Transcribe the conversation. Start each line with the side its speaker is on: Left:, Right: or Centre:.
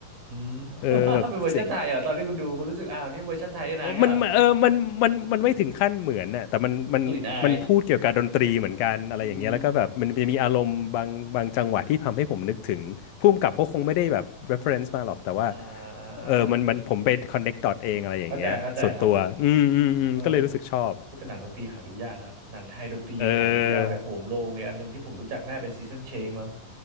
Right: ม
Left: เออแบบเจ๋ง
Right: <laughs> เป็นเวอร์ชันไทยเหรอตอนที่คุณดูคุณรู้สึกอ้าวนี่เวอร์ชันไทยด้วยนะเงี้ยเหรอ
Left: มันเออมันมันมันไม่ถึงขั้นเหมือนน่ะแต่มันมันมันพูดเกี่ยวกับดนตรีเหมือนกันอะไรอย่างเงี้ยแล้วก็แบบมันจะมีอารมณ์บางบางจังหวะที่ทำให้ผมนึกถึงผู้กำกับเขาคงไม่ได้แบบ
Right: กลิ่นอายอืม
Left: reference มาหรอกแต่ว่า
Right: อ่า
Left: เออมันมันผมไป connect dot เองอะไรอย่างเงี้ยส่วนตัวอืมอืมอืมก็เลยรู้สึกชอบ
Right: เข้าใจเข้าใจครับเออโหแต่หนังดนตรีหาดูยากนะครับหนังไทยดนตรียังหาดูยากเลยโหมโรงอีกอันหนึ่งที่ผมรู้จักน่าเป็นซีซันเชงมั้ง
Left: เออ